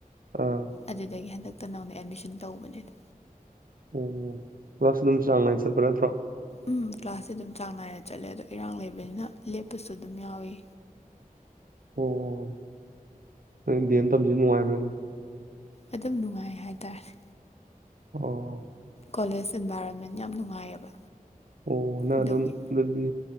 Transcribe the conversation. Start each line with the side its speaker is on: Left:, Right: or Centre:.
Right: ꯑꯥ
Left: ꯑꯗꯨꯗꯒꯤꯗꯒꯤ ꯍꯟꯗ <inaudible> <unintelligible> ꯈꯛꯇ ꯅꯪꯅ ꯑꯦꯠꯃꯤꯁꯟ ꯇꯧꯕꯅꯦꯗ
Right: ꯑꯣ ꯂꯁꯨ ꯑꯗꯨꯝ ꯆꯥꯡ ꯅꯥꯏꯅ ꯆꯠꯄ ꯅꯠꯇ꯭ꯔꯣ
Left: ꯎꯝ꯫ ꯀ꯭ꯂꯥꯁꯁꯦ ꯑꯗꯨꯝ ꯆꯥꯡ ꯅꯥꯏꯅ ꯆꯠꯂꯦ ꯑꯗꯣ ꯏꯔꯥꯡ ꯂꯩꯕꯅꯤꯅ ꯂꯦꯞꯄꯁꯨ ꯑꯗꯨꯝ ꯌꯥꯎꯏ꯫
Right: ꯑꯣ ꯅ ꯗꯦꯟ ꯇꯝꯕꯥꯁꯤ ꯅꯨꯡꯉꯥꯏꯕ꯭ꯔꯥꯅꯦ
Left: ꯑꯗꯨꯝ ꯅꯨꯡꯉꯥꯏ ꯍꯥꯏꯇꯥꯔꯦ
Right: ꯑꯣ
Left: ꯀꯣꯂꯦꯖ ꯏꯟꯚꯥꯏꯔꯣꯟꯃꯦꯟ ꯌꯥꯝ ꯅꯨꯡꯉꯥꯏꯌꯦꯕ
Right: ꯑꯣ ꯅꯒ
Left: ꯑꯗꯨꯒꯤ
Right: ꯑꯗꯨꯝ ꯑꯗꯨꯗꯤ